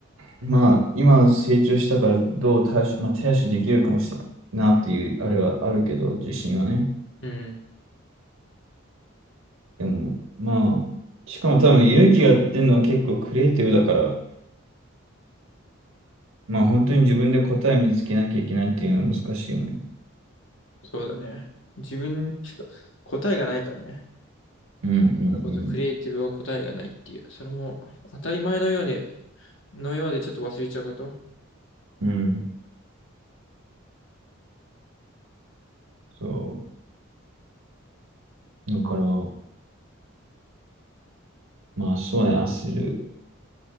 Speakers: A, on the right; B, on the left.
A: まあ今成長したからどう対処、まあ、手足できるかもしれないなっていうあれはあるけど、自信はね。
B: うん、
A: でもまあ、しかも多分勇気がやってるのは結構クリエイティブだから、まあ本当に自分で答え見つけなきゃいけないっていうのは難しいよね。
B: そうだね。自分にしか答えがないからね。
A: うんう
B: それこそクリエイティブは答えがないっていう、
A: ん
B: それも当たり前のようで、のようでちょっと忘れちゃうこと。
A: うん。うん。そう。だから、まあそうね、焦る。